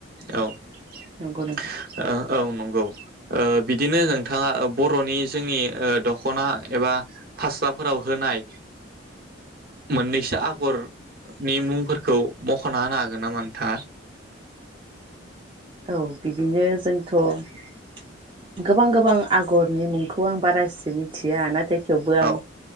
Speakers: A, on the right; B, on the right.
A: औ
B: नंगौ नोंथां
A: औ नं औ ओ बिदिनो नोंथाङा बर'नि जोंनि दख'ना एबा फासराफोराव होनाय मोननैसो ओ आगरनि मुंफोरखौ मख'ना होनो हागोन नामा नोंथां आ
B: औ बिदिनो जों थ' गोबां गोबां आगरनि मुंखौ आं बारा इसे मिथिया नाथाय थेवबो आं
A: औ